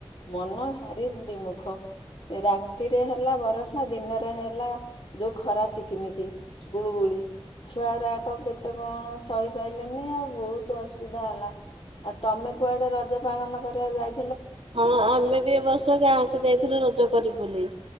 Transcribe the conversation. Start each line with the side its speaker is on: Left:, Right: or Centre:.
Left: ମନ ଭାରି ବିମୁଖ ରାତିରେ ହେଲା ବରଷା ଦିନରେ ହେଲା ଯୋଉଁ ଖରା ଚିକିମିକି ଗୁଳୁଗୁଳି ଛୁଆ ଗୁରାକ କେତେ କଣ ସହିପାଇଲେନି ଆଉ ବହୁତ ଅସୁବିଧା ହେଲା ଆଉ ତମେ କୁଆଡେ ରଜ ପାଳନ କରିବାକୁ ଯାଇ
Right: ହଁ ଆମେ ବି ଏବ ବର୍ଷ ଗାଁକୁ ଯାଇଥିଲୁ ରଜ କରିବୁ ବୋଲି